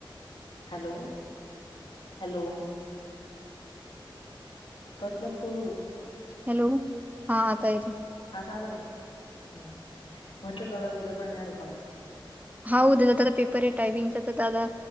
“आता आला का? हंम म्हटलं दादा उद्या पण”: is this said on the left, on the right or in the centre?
Left